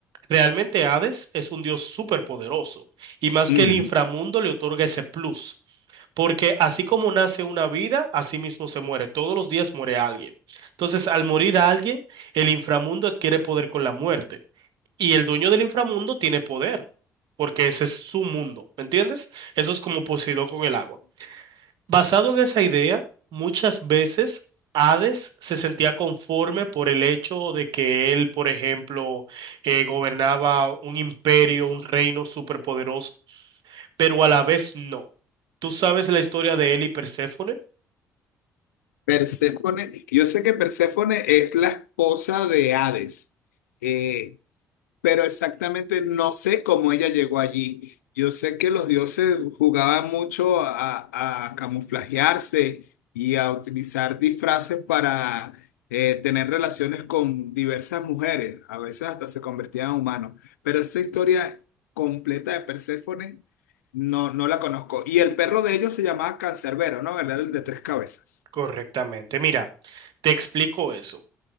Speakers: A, on the right (about 60°); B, on the left (about 85°).
A: Realmente Hades es un dios superpoderoso y más
B: Mm.
A: que el inframundo le otorga ese plus, porque así como nace una vida, así mismo se muere. Todos los días muere alguien. Entonces, al morir alguien, el inframundo adquiere poder con la muerte y el dueño del inframundo tiene poder, porque ese es su mundo, ¿me entiendes? Eso es como Poseidón con el agua. Basado en esa idea, muchas veces Hades se sentía conforme por el hecho de que él, por ejemplo, eh, gobernaba un imperio, un reino superpoderoso, pero a la vez no. ¿Tú sabes la historia de él y Perséfone?
B: Perséfone, yo sé que Perséfone es la esposa de Hades. Eh, pero exactamente no sé cómo ella llegó allí. Yo sé que los dioses jugaban mucho a, a camuflajearse y a utilizar disfraces para eh, tener relaciones con diversas mujeres. A veces hasta se convertían en humanos. Pero esa historia completa de Perséfone no, no la conozco. Y el perro de ellos se llamaba Cancerbero, ¿no? Era el de tres cabezas.
A: Correctamente. Mira, te explico eso.